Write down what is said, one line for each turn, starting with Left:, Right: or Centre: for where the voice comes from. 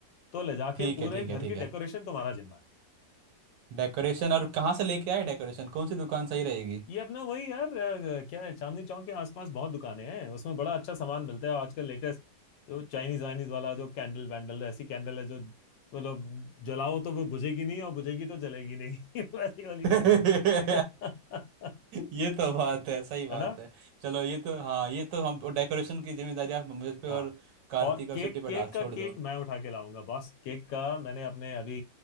Left: तो ले जाके
Right: ठीक
Left: पूरे
Right: है ठीक
Left: घर
Right: है ठीक
Left: की
Right: है
Left: डेकोरेशन तुम्हारा जिम्मा है
Right: डेकोरेशन और कहाँ से लेके आए डेकोरेशन कौन सी दुकान सही रहेगी
Left: ये अपना वही यार अ, क्या है चांदनी चौक के आसपास बहुत दुकानें हैं उसमें बड़ा अच्छा सामान मिलता है और आजकल लेटेस्ट जो चाइनीज वाइनीज वाला जो कैंडल वैंडल ऐसी कैंडल है जो मतलब जलाओ तो वो बुझेगी नहीं और बुझेगी तो जलेगी नहीं <laughs> वैसी वाली
Right: <laughs>
Left: कैंडल <laughs>
Right: ये तो बात है सही बात
Left: है ना
Right: है चलो ये तो हाँ ये तो हम डेकोरेशन की जिम्मेदारी आप मुझ पे
Left: हाँ
Right: और कार्तिक
Left: और
Right: और
Left: केक
Right: सिटी पर
Left: केक
Right: डाल
Left: का
Right: छोड़
Left: केक
Right: दो
Left: मैं उठा के लाऊंगा बॉस केक का मैंने अपने अभी